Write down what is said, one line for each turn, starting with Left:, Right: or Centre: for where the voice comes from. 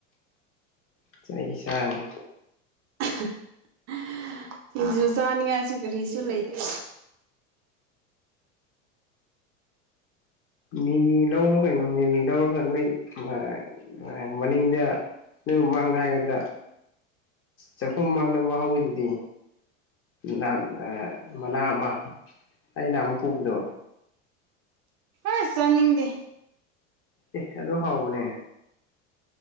Left: ꯆꯩ ꯆꯥꯅꯤ
Right: <inaudible> ꯨ ꯖꯨ ꯆꯥꯅꯤꯡꯉꯥꯏꯁꯨ ꯀꯔꯤꯁꯨ ꯂꯩꯇꯦ
Left: ꯃꯤꯃꯤ ꯂꯧꯔꯣ ꯀꯩꯅꯣ ꯃꯤꯃꯤ ꯂꯧꯔꯒ ꯅꯣꯏ ꯃ ꯃꯅꯤꯡꯗ ꯅꯣꯏ ꯃꯃꯥꯡꯗ ꯍꯥꯏꯒꯗ꯭ꯔꯥ ꯆꯥꯛꯈꯨꯝ ꯃꯥꯡꯗ ꯑꯃ ꯍꯧꯋꯤꯗꯨꯗꯤ ꯅꯍꯥꯟ ꯑ ꯃꯅꯥ ꯑꯃ ꯑꯩ ꯅꯍꯥꯃꯨꯛ ꯄꯨꯕꯗꯣ
Right: ꯑꯁ ꯆꯥꯅꯤꯡꯗꯦ
Left: ꯑꯦ ꯑꯗꯨ ꯍꯥꯎꯕꯅꯦ